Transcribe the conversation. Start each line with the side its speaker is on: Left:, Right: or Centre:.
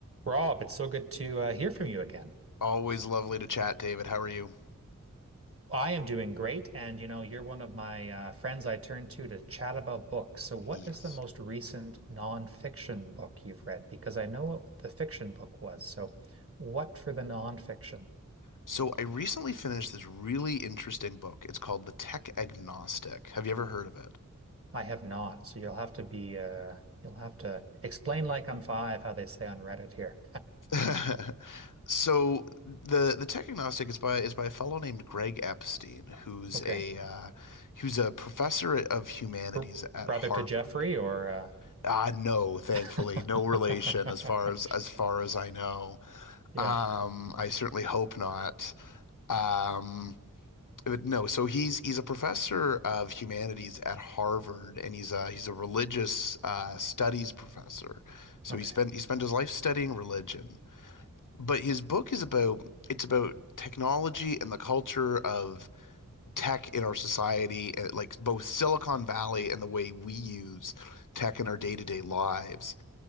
Right: Rob, it's so good to uh, hear from you again.
Left: Always lovely to chat, David. How are you?
Right: I am doing great, and you know, you're one of my uh, friends I turn to to chat about books. So, what
Left: Yes.
Right: is the most recent nonfiction book you've read? Because I know what the fiction book was. So, what for the nonfiction?
Left: So, I recently finished this really interesting book. It's called The Tech Agnostic. Have you ever heard of
Right: I have not. So, you'll have to be, uh, you'll have to explain like I'm five, how they say on Reddit here.
Left: it? <laughs> So, the the Tech Agnostic is by is by a fellow named Greg Epstein, who's
Right: Okay.
Left: a uh, who's a professor of humanities
Right: Br
Left: at
Right: brother
Left: Harvard.
Right: to Jeffrey, or, uh...
Left: Uh, no, thankfully,
Right: <laughs>
Left: no relation as far as as far as I know.
Right: yeah.
Left: Um, I certainly hope not. Um, But no, so he's he's a professor of humanities at Harvard, and he's a he's a religious uh, studies professor. So
Right: Okay.
Left: he spent he spent his life studying religion. But his book is about it's about technology and the culture of tech in our society, and, like both Silicon Valley and the way we use tech in our day-to-day lives,